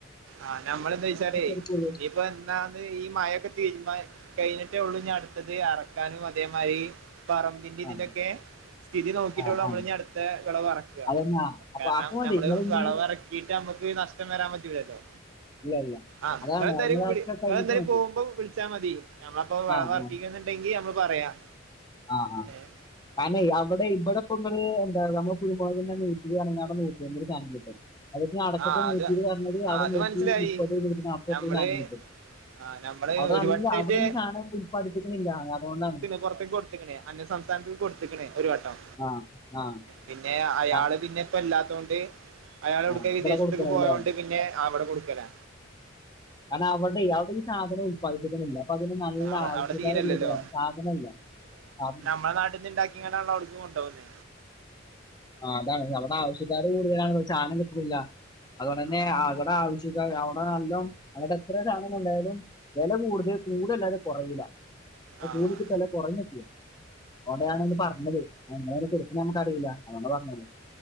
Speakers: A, on the right; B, on the left.
A: ആ നമ്മലെന്തേചാലെയ്
B: എടുക്കുള്ളൂ
A: നിപ്പോന്താന്ന് ഈ മഴക്കെ തീരുമാ കഴിഞ്ഞിട്ടേ ഉള്ളൂ ന്നി അടുത്തത് എറക്കാനും അതേമായ്രി പറ ൻ്റിം
B: ആ
A: തിന്റെ ക്കെ സ്ഥിതി നോക്കിട്ടുള്ളൂ
B: ആ
A: നമ്മള്ന്നിഅടുത്തെ
B: ആ
A: വിളവ് ഇറക്ക
B: അതന്നെ അപ്പൊ
A: കാരണം
B: അപ്പൊ മതി
A: നമ്മള്
B: നിങ്ങൾ ഇനി
A: വെളവറക്കിട്ട് നമ്മുക്ക് നഷ്ടം വരാൻ പറ്റൂലല്ലോ
B: ഇല്ല ഇല്ല.
A: ആ
B: അതാണ്
A: ങ്ങളെന്തായാലും
B: അതിനൊക്കെ
A: വിളി ങ്ങളെന്താലും
B: കഴിഞ്ഞിട്ട് മതി.
A: പോകുമ്പോ വിളിച്ചാ മതി. നമ്മളപ്പോ വെളവറക്കീക്ക്ണ
B: ആ ആ
A: ണ്ടെങ്കിൽ നമ്മള് പറയാം
B: ആ ആ
A: ഏഹ്
B: കാര്നെയ് അവടെ ഇബടെപ്പങ്ങള് എന്താറിയ നമ്മളെ കുരുമൊളകിൻ്റെ നൂറ്റി രാണെങ്കില് ഔടെ നൂറ്റൈംബെന് സാനം കിട്ടും എല്ലത്തി അടക്കക്ക്
A: ആഹ്
B: നൂറ്റിരുവർഞ്ഞത്
A: അത്
B: അവിടെ
A: ആഹ് അത്
B: നൂറ്റി
A: മനസ്സിലായി
B: മുപ്പത് നൂറ്റി നാപ്പർപ്യക്ക്
A: നമ്മള്
B: സാനം കിട്ടും
A: ആഹ് നമ്മള്
B: അവിടെ
A: ഒരു
B: നല്ല
A: വട്ടായിട്ട്
B: അവിടെ ഈ സാനം ഉല്പാദിപ്പിക്ക്ണ്ല്ല. അതോണ്ടാണ്.
A: പൊർത്ത്ക്ക് കൊടുത്ത്ക്ക്ണ്. അന്യസംസ്ഥാനത്ത്ക്ക് കൊട്ത്ത്ക്ക്ണ് ഒരു വട്ടം.
B: ആ ആ
A: പിന്നെ, അയാള്
B: ആ
A: പിന്നെപ്പോല്ലാത്തോണ്ട് അയാളോട്.
B: ആ.
A: വിദേശത്ത്ക്ക്
B: ഇവിടെ കൊടുക്കണല്ലേ.
A: പോയോണ്ട് പിന്നെ അവിടെ കൊടുക്കലാ.
B: കാരണം അവരടെയ് അവടീ സാധനം പഴത്ത്ട്ടൊന്നുല്ല. പ്പൊ അതിന് നല്ല
A: അവ
B: ആവശ്യക്കാര്
A: അവിടെ തീരല്ലല്ലോ
B: കൂടുതലാണ്. സാധനല്ല സാധ
A: മ്മളെ നാട്ട്ന്ന്ണ്ടാക് ഇങ്ങനെള്ളവിടക്കും കൊണ്ടോവില്ലേ
B: ആ അതാണ്. അവടെ ആവശ്യക്കാര് കൂടുതലാണ് സാനം കിട്ട്ണില്ല. അതുകൊണ്ട്തന്നെ
A: ആഹ്
B: അവിടെ ആവശ്യ ക്കാര് അവിടെ നല്ലോം അങ്ങട്ടെത്ര സാനം കൊണ്ടായാലും വില കൂടുതൽ. കൂട്അല്ലാതെ കുറയീല
A: ആഹ്
B: കൂടി കിട്ടല്ല കുറഞ്ഞിട്ടിണ്. അതൊണ്ടാ ഞാനന്ന്
A: അതെ
B: പറഞ്ഞത്. ഇങ്ങളങ്ങനെ കൊട്ക്ക്ണത് നമ്മക്കറീല. അതോണ്ടാ പറഞ്ഞത്